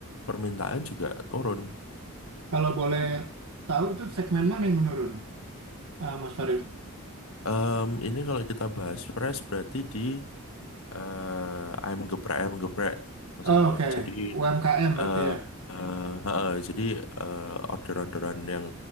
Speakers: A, on the left; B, on the right.
A: permintaan juga turun
B: kalau boleh
A: gitu.
B: tahu itu segmen mana yang menurun, eh, Mas Farid?
A: Em, ini kalau kita bahas fresh berarti di eh, ayam geprek ayam geprek Mas
B: Oh,
A: Angga.
B: oke,
A: Jadi
B: UMKM berarti
A: eh
B: ya.
A: eh, heeh, jadi eh, orderan-orderan yang